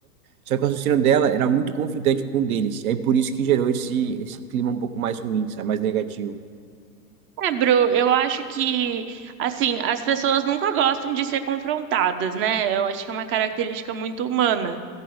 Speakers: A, on the right; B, on the right.
A: só que o raciocínio dela era muito conflitante com o deles. E aí por isso que gerou esse, esse clima um pouco mais ruim, sabe? Mais negativo.
B: É, Bru, eu acho que, assim, as pessoas nunca gostam de ser confrontadas, né? Eu acho que é uma característica muito humana.